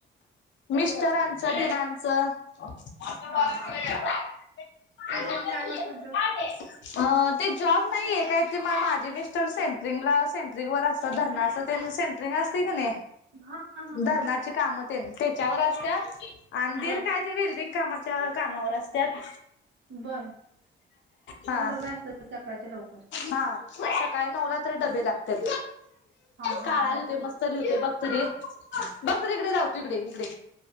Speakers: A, on the left; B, on the right.
A: मिस्टरांचं दिरांचं <unintelligible>
B: हा हा हा ते दोघं काय करतात जॉब
A: ते जॉब नाहीये काय ते माझे मिस्टर सेंट्रिंगला सेंट्रिंग वर असतात धरणाच तेन सेन ट्रिंग असतय का नई?
B: हा हा हा
A: धरणाची काम तेन त्याच्यावर असत्यात अन दिर
B: बर
A: काय वेल्डिंग कामाच्या कामावर असत्यात.
B: बर
A: हा
B: पण डबे असतात सकाळचे लवकर
A: हा सकाळी नऊला तरी डबे लागत्यात
B: हा हा
A: काळा
B: हा
A: देतोय
B: हा
A: मस्त बघ तरी बघ तरी इकडे लावतो इकडे इकडे